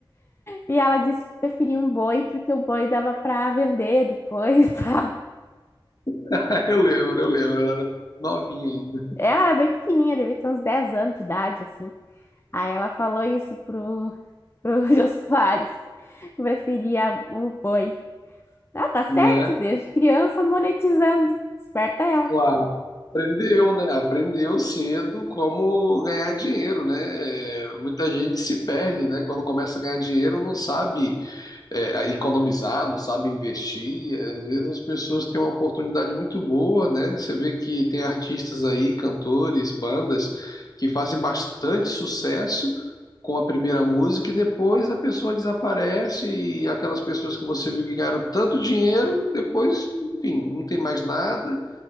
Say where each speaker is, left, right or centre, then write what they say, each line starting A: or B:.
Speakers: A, on the left; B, on the left.
A: E ela disse que preferia um boi porque o boi dava para vender depois, <laughs> tá?
B: <laughs> eu lembro, eu lembro, ela era novinha ainda,
A: Ela era bem pequenininha, devia ter uns 10 anos de idade, assim. Aí ela falou isso pro, pro <laughs> Jô Soares, que preferia o boi. Ah, tá certo,
B: né?
A: desde criança monetizando. Esperta ela.
B: Claro, aprendeu, né? Aprendeu cedo como ganhar dinheiro, né? É, muita gente se perde, né? Quando começa a ganhar dinheiro, não sabe é, economizar, não sabe investir. Às vezes as pessoas têm uma oportunidade muito boa, né? Você vê que tem artistas aí, cantores, bandas, que fazem bastante sucesso com a primeira música e depois a pessoa desaparece e aquelas pessoas que você viu que ganharam tanto dinheiro, depois, enfim, não tem mais nada.